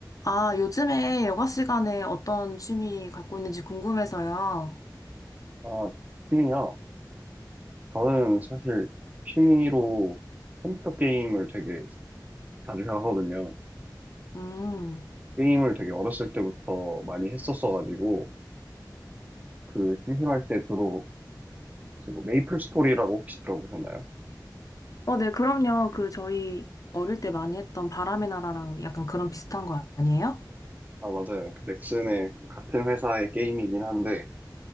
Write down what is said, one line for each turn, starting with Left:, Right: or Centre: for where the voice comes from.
Left: 아, 요즘에 여가 시간에 어떤 취미 갖고 있는지 궁금해서요.
Right: 아, 취미요? 저는 사실 취미로 컴퓨터 게임을 되게 자주 하거든요.
Left: 음.
Right: 게임을 되게 어렸을 때부터 많이 했었어가지고, 그 심심할 때 주로 이제 뭐 메이플 스토리라고 혹시 들어보셨나요?
Left: 어, 네, 그럼요. 그, 저희 어릴 때 많이 했던 바람의 나라랑 약간 그런 비슷한 거 아니에요?
Right: 아, 맞아요. 그 넥슨의 뭐 같은 회사의 게임이긴 한데,